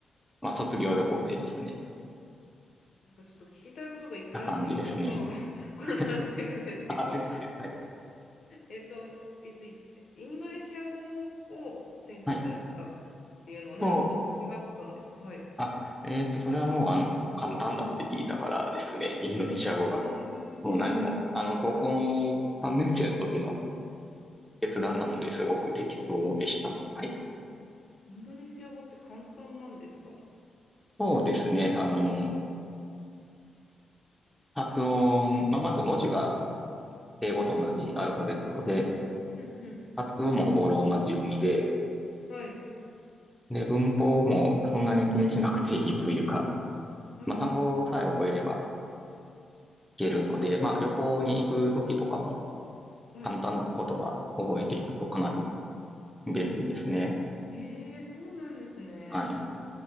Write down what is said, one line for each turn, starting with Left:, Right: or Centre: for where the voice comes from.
Centre: まあ、卒業旅行でですね、
Left: なんかちょっと聞きたいことがいっぱいありすぎて頭がこ
Centre: な感じですね。
Left: <laughs> 混乱してるんですけど。
Centre: <laughs> あ、すいません。はい。
Left: えっと、えっと、インドネシア語を専攻されてたっ
Centre: はい。
Left: ていうのは何かきっかけがあったんですかはい。
Centre: そうあ、えっと、それはもう、あの、簡単だって聞いたからですね、<laughs> インドネシア語が。
Left: えー、
Centre: もう何も、
Left: あ、
Centre: あの、高校3年生の時の決断なのですごく適当でした。はい。
Left: インドネシア語って簡単なんですか
Centre: そうですね、あの、発音、まあ、まず文字が英語と同じアルファベットで、
Left: うんうん。
Centre: 発音もほぼローマ字読みで、
Left: はい、
Centre: で、文法もそんなに気にしなくていいというか、
Left: はい、
Centre: まあ、単語さえ覚えればいけるので、まあ、旅行に行く時とかも
Left: うん、はい。
Centre: 簡単な言葉覚えていくとかなり便利ですね。
Left: ええそうなんですね。
Centre: はい。